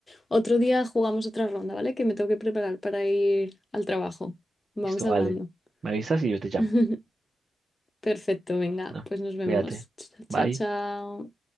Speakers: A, on the left; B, on the right.
A: otro día jugamos otra ronda, ¿vale? Que me tengo que preparar para ir al trabajo. Vamos
B: Listo, vale.
A: hablando.
B: Me avisas y yo te llamo.
A: <laughs> Perfecto, venga,
B: ¿no?
A: pues nos vemos.
B: Cuídate. Bye.
A: Chao, chao.